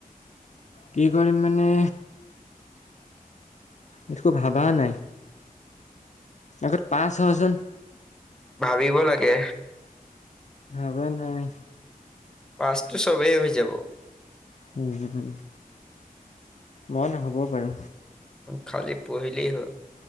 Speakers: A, on the left; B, in the centre.
A: কি কৰিম মানে, একো ভাবা নাই, আগত পাছ হওঁ চোন।
B: ভাবিব লাগে,
A: ভবা নাই,
B: পাছটো চবেই হৈ যাব।
A: উম্, মই নহ'বও পাৰো।
B: খালি পঢ়িলে হ'ল।